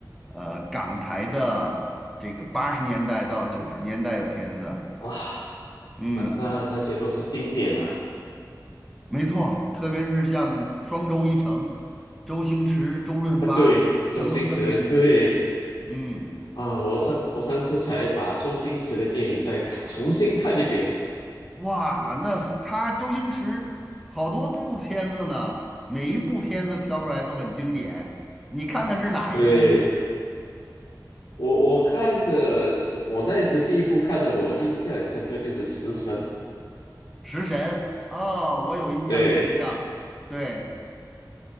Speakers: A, in the centre; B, on the left (about 75°).
A: 呃港台的这个八十年代到九十年代的片子。
B: 啊，
A: 嗯，
B: 那那那些都是经典啊。
A: 没错，特别是像双周一成、周星驰、周润发、
B: 啊，对，周星驰，
A: 成龙的片子。
B: 对
A: 嗯。
B: 啊，我上我上次才把周星驰的电影再看重新看一遍。
A: 哇，那他周星驰好多部片子呢，每一部片子挑出来都很经典。你看的是哪一部？
B: 对，我我看的是，我那时第一部看的，我印象很深刻就是《食神》。
A: 《食神》哦，我有印象，
B: 对。
A: 有印象。对，